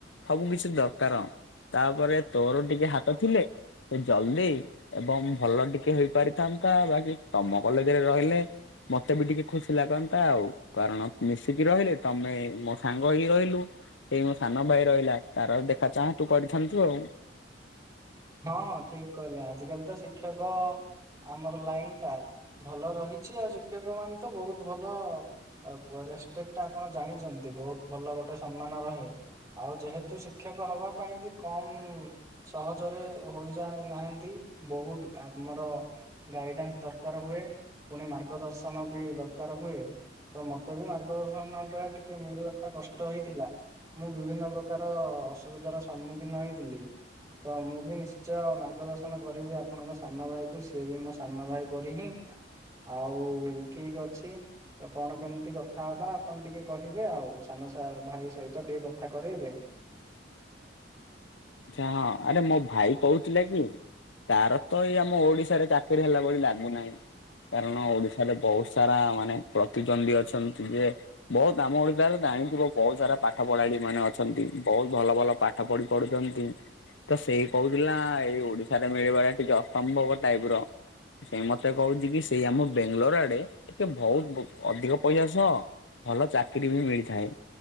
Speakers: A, on the left; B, on the right.
A: ସବୁ କିଛି ଦକାର। ତାପରେ ତୋର ଟିକେ ହାତ ଥିଲେ ସେ ଜଲଦି ଏବଂ ଭଲ ଟିକେ ହେଇପାରିଥାନ୍ତା ବାକି ତମ କଲେଜରେ ରହିଲେ ମତେ ବି ଟିକେ ଖୁସି ଲାଗନ୍ତା ଆଉ। କାରଣ ମିଶିକି ରହିଲେ ତମେ ମୋ ସାଙ୍ଗ ହେଇକି ରହି ଲୁ, ଏଇ ମୋ ସାନ ଭାଇ ରହିଲା ତାର ଦେଖା ଚାହାଁ ତୁ କରିଥାନ୍ତୁ ଆଉ।
B: ହଁ ଠିକ କହିଲେ। ଆଜିିକାଲି ତ ଶିକ୍ଷକ ଆମର ଲାଇନ ଟା ଭଲ ରହିଛି, ଆଉ ଶିକ୍ଷକ ମାନେ ତ ବୋହୁତ ଭଲ ଆଉ ପୁଅ ରେସପେକ୍ଟ ଆପଣ ଜାଣିଚନ୍ତି ବୋହୁତ ଭଲ ଗୋଟେ ସମ୍ମାନ ରହେ। ଆଉ ଯେହେତୁ ଶିକ୍ଷକ ହବା ପାଇଁ ବି କମ ସହଜ ରେ ହୋଇଯାଣି ନାହାନ୍ତି ବହୁତ ଆମର ଗାଇଡାନ୍ସ ଦରକାର ହୁଏ ପୁଣି ମାର୍ଗ ଦର୍ଶନ ବି ଦରକାର ହୁଏ। ତ ମତେ ବି ମାର୍ଗଦର୍ଶନ ଟା ଟିକେ ମିଳିବ ଟା କଷ୍ଟ ହେଇଥିଲା। ମୁଁ ବିଭିନ୍ନ ପ୍ରକାର ଅସୁବିଧାର ସମ୍ମୁଖୀନ ହେଇଥିଲି। ତ ମୁଁ ବି ନିଶ୍ଚୟ ମାର୍ଗ ଦର୍ଶନ କରିବି ଆପଣଙ୍କ ସାନ ଭାଇକୁ ସିଏ ବି ମୋ ସାନ ଭାଇ ପରି ହିଁ। ଆଉ ଠିକ ଅଛି। ତ କଣ କେମିତି କଥା ହବା ଆପଣ ଟିକେ କହିବେ ଆଉ ସାନ ସାନଭାଇ ସହିତ ଟିକେ କଥା କରେଇବେ।
A: ଆଚ୍ଛା ହଁ ଆରେ ମୋ ଭାଇ କହୁଥିଲା କି ତାର ତ ଏଇ ଆମ ଓଡିଶାରେ ଚାକିରି ହେଲା ଭଳି ଲାଗୁନାହିଁ। କାରଣ ଓଡିଶାରେ ବହୁତ ସାରା ମାନେ ପ୍ରତିଦ୍ୱନ୍ଦୀ ଅଛନ୍ତି ଯେ ବହୁତ ଆମ ଓଡିଶାରେ ଜାଣିଥିବ ବହୁତ ସାରା ପାଠ ପଢାଡି ମାନେ ଅଛନ୍ତି ବହୁତ ଭଲ ଭଲ ପାଠ ପଢି ପଢୁଛନ୍ତି। ତ ସେଇ କହୁଥିଲା ଏଇ ଓଡିଶାରେ ମିଳିବାଟା ଟିକେ ଅସମ୍ଭବ ଟାଇପର। ସେ ମତେ କହୁଛି କି ସେଇ ଆମ ବେଙ୍ଗଲୋର ଆଡେ ଟିକେ ବହୁତ ଅଧିକ ପଇସା ସହ ଭଲ ଚାକିରୀ ବି ମିଳିଥାଏ।